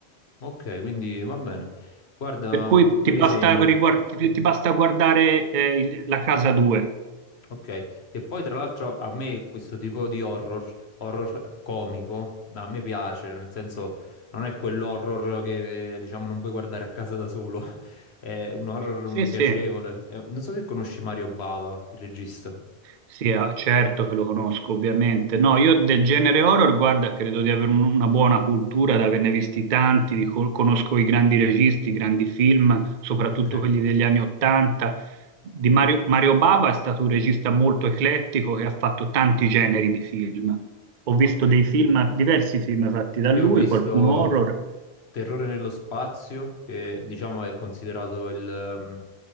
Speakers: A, on the left; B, on the right.
A: ok, quindi va bene. Guarda,
B: Per cui
A: me
B: ti
A: li
B: basta,
A: segno.
B: riguard- ti- ti basta guardare eh, il- la casa 2.
A: Ok, che poi tra l'altro a me questo tipo di horror, horror comico, ma a me piace, nel senso non è quell'horror che diciamo non puoi guardare a casa da solo, <laughs> è un horror
B: Sì, sì,
A: piacevole. Eh, Non so se conosci Mario Bava, il regista.
B: Sì, ah, certo che lo conosco, ovviamente. No, io del genere horror, guarda, credo di avere un- una buona cultura, di averne visti tanti, di col- conosco i grandi registi, i grandi film, soprattutto
A: Ok.
B: quelli degli anni Ottanta. Di Mario, Mario Bava è stato un regista molto eclettico e ha fatto tanti generi di film. Ho visto
A: Ok,
B: dei film, diversi film fatti da
A: io
B: lui,
A: ho visto
B: qualcuno horror,
A: Terrore nello spazio, che diciamo è considerato il, ehm,